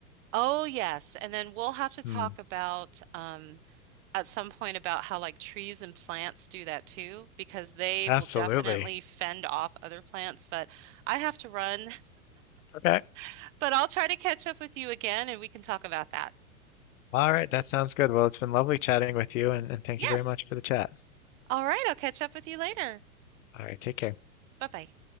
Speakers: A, on the right; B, on the left.
A: Oh, yes. And then we'll have to talk
B: Hmm,
A: about um at some point about how like trees and plants do that too, because they
B: absolutely.
A: will definitely fend off other plants. But I have to run,
B: Okay.
A: <laughs> but I'll try to catch up with you again and we can talk about that.
B: All right, that sounds good. Well, it's been lovely chatting with you, and, and thank
A: Yes.
B: you very much for the chat.
A: All right. I'll catch up with you later.
B: All right, take care.
A: Bye bye.